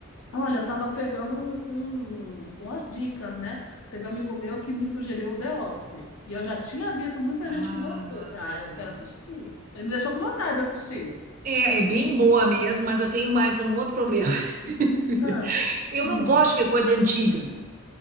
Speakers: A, on the left (about 65°); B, on the right (about 40°).
A: Olha, eu tava pegando um- uns, umas dicas, né? Teve um amigo meu que me sugeriu o The Office, e eu já tinha visto muita
B: Ah,
A: gente que gostou. Falei, Ah,
B: é.
A: eu quero assistir. Ele me deixou com vontade de assistir.
B: É, é bem boa mesmo, mas eu tenho mais um outro problema. <laughs>
A: Ah,
B: Eu
A: isso.
B: não gosto de ver coisa antiga.